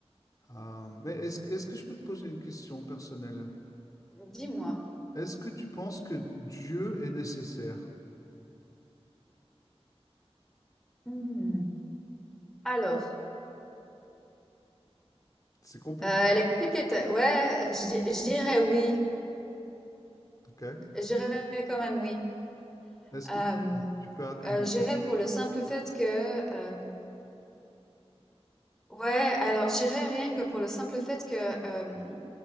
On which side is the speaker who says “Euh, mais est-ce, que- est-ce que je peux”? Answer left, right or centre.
Left